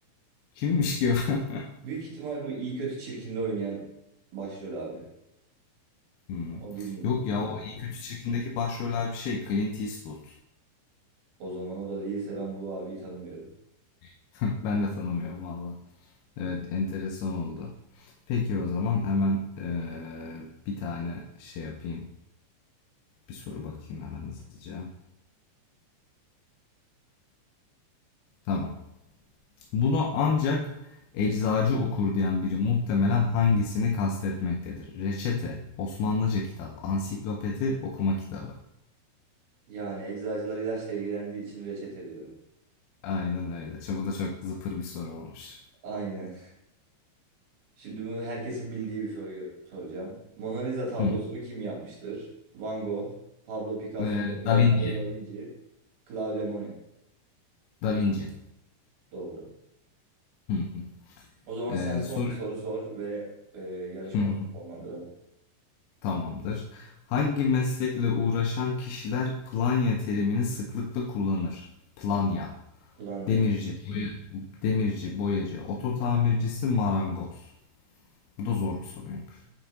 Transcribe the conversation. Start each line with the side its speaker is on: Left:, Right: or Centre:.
Left: Kimmiş ki o? <laughs>
Right: Büyük ihtimal bu iyi kötü çirkinde oynayan başrol abi.
Left: Hmm.
Right: Ama bilmiyorum
Left: Yok
Right: kim
Left: ya
Right: olduğunu.
Left: o iyi kötü çirkindeki başroller bir şey. Clint Eastwood.
Right: O zaman o da değilse ben bu abiyi tanımıyorum.
Left: <laughs> Ben de tanımıyorum valla. Evet enteresan oldu. Peki o zaman hemen eee, bir tane şey yapayım. Bir soru bakayım hemen hızlıca. Tamam. Bunu ancak eczacı okur diyen biri muhtemelen hangisini kastetmektedir? Reçete, Osmanlıca kitap, ansiklopedi, okuma kitabı.
Right: Yani eczacılar ilaçla ilgilendiği için reçete diyorum.
Left: Aynen öyle. Çok- Bu da çok zıpır bir soru olmuş.
Right: Aynen. Şimdi bunu herkesin bildiği bir soruyu soracağım. Mona Lisa tablosunu
Left: Hı.
Right: kim yapmıştır? Van Gogh, Pablo Picasso,
Left: Eee,
Right: Leonardo
Left: Da Vinci.
Right: da Vinci, Claude Monet.
Left: Da Vinci.
Right: Doğru.
Left: Hı hı.
Right: O zaman sen
Left: Eee,
Right: son
Left: soru.
Right: bir soru sor ve e, yarışmamızı
Left: Hı hı.
Right: sonlandıralım.
Left: Tamamdır. Hangi meslekle uğraşan kişiler planya terimini sıklıkla kullanır? Planya,
Right: Planya.
Left: demirci, boya, demirci, boyacı, oto tamircisi, marangoz. Bu da zor bir soruymuş.